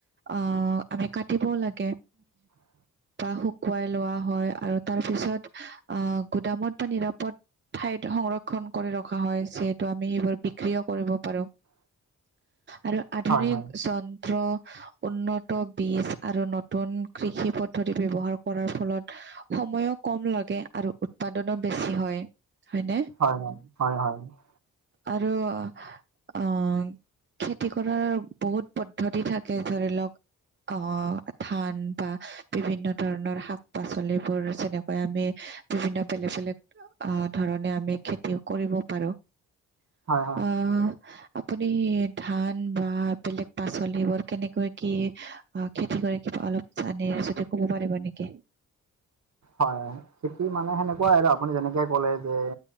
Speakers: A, on the right; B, on the right.
A: আহ আমি কাটিবও লাগে।
B: উম হো <unintelligible>
A: বা শুকুৱাই লোৱা হয় আৰু তাৰ পিছত আহ গুদামত বা নিৰাপদ ঠাইত সংৰক্ষন কৰি ৰখা হয় যিহেতু আমি সেইবোৰ বিক্ৰীও কৰিব পাৰোঁ।
B: <unintelligible>
A: আৰু আধুনিক
B: হয় হয়
A: জন উন্নত বীজ আৰু নতুন কৃষি পদ্ধতি ব্যৱহাৰ কৰাৰ ফলত সময়ো কম লাগে আৰু উৎপাদনো বেছি হয়। হয়নে
B: হয় হয় হয় হয়
A: আৰু অ খেতি কৰাৰ বহুত পদ্ধতি থাকে ধৰি লওক অ ধান বা বিভিন্ন ধৰণৰ শাক পাচলিবোৰ যেনেকৈ আমি বিভিন্ন বেলেগ বেলেগ আ ধৰণে আমি খেতিও কৰিব পাৰোঁ।
B: হয়
A: অ আপুনি ধান বা বেলেগ পাচলিবোৰ কেনেকৈ কি, অ খেতি হৈ অলপ জানে যদি কব পাৰিব নেকি?
B: হয় খেতি মানে সেনেকুৱাই আৰু আপুনি যেনেকে ক'লে যে,